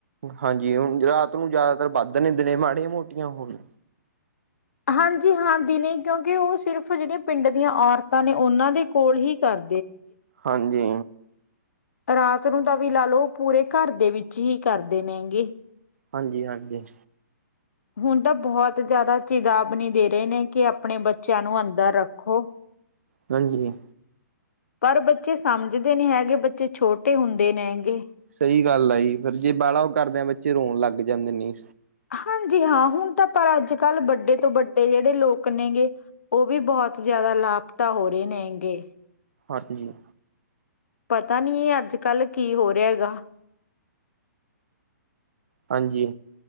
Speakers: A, on the right (about 50°); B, on the left (about 55°).
A: ਹਾਂਜੀ ਹੁਣ ਰਾਤ ਨੂੰ ਜ਼ਿਆਦਾਤਰ ਵੱਧ ਨੇ ਦਿਨ ਮਾੜੀਆਂ ਮੋਟੀਆਂ ਹੋਣ
B: ਹਾਂਜੀ ਹਾਂ ਦਿਨ ਕਿਉਂਕਿ ਉਹ ਸਿਰਫ ਜਿਹੜੀਆਂ ਪਿੰਡ ਦੀਆਂ ਔਰਤਾਂ ਨੇ ਉਹਨਾਂ ਦੇ ਕੋਲ ਹੀ ਕਰ
A: ਹਾਂਜੀ।
B: ਰਾਤ ਨੂੰ ਤਾਂ ਵੀ ਲਾ ਲਓ ਪੂਰੇ ਘਰ ਦੇ ਵਿੱਚ ਹੀ ਕਰਦੇ ਨੇਗੇ।
A: ਹਾਂਜੀ ਹਾਂਜੀ।
B: ਹੁਣ ਤਾਂ ਬਹੁਤ ਜ਼ਿਆਦਾ ਚੇਤਾਵਨੀ ਦੇ ਰਹੇ ਨੇ ਕਿ ਆਪਣੇ ਬੱਚਿਆਂ ਨੂੰ ਅੰਦਰ ਰੱਖੋ।
A: ਹਾਂਜੀ।
B: ਪਰ ਬੱਚੇ ਸਮਝਦੇ ਨਹੀਂ ਹੈਗੇ ਬੱਚੇ ਛੋਟੇ ਹੁੰਦੇ ਨੇਗੇ
A: ਸਹੀ ਗੱਲ ਆ ਜੀ ਫਿਰ ਜੇ ਬਾਹਲਾ ਉਹ ਕਰਦਿਆਂ ਬੱਚੇ ਰੋਣ ਲੱਗ ਜਾਂਦੇ ਨੇ।
B: ਹਾਂਜੀ ਹਾਂ ਹੁਣ ਤਾਂ ਪਰ ਅੱਜ ਕੱਲ੍ਹ ਵੱਡੇ ਤੋਂ ਵੱਡੇ ਜਿਹੜੇ ਲੋਕ ਨੇ ਗੇੇ। ਉਹ ਵੀ ਬਹੁਤ ਜ਼ਿਆਦਾ ਲਾਪਤਾ ਹੋ ਰਹੇ ਨੇਗੇ।
A: ਹਾਂਜੀ।
B: ਪਤਾ ਨਹੀਂ ਇਹ ਅੱਜ ਕੱਲ੍ਹ ਕੀ ਹੋ ਰਿਹਾ ਹੈਗਾ।
A: ਹਾਂਜੀ।